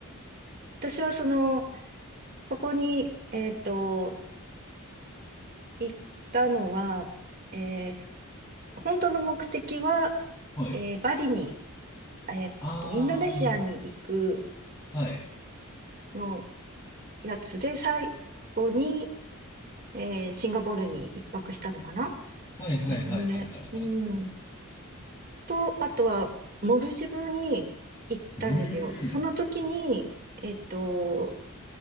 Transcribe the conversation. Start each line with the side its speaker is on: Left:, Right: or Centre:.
Right: 私はその、そこに、えっと、行ったのは、えー本当の目的は、
Left: はい。
Right: えーバリに、えーっと、
Left: あ
Right: インドネシアに行く
Left: あ、はい。
Right: のやつで、最後に、えーシンガポールに一泊したのかな
Left: はいはいはいはいはいはい。
Right: ですね。うん。と、あとは、モルジブに行ったんですよ。
Left: うーん。
Right: その時に、えっと、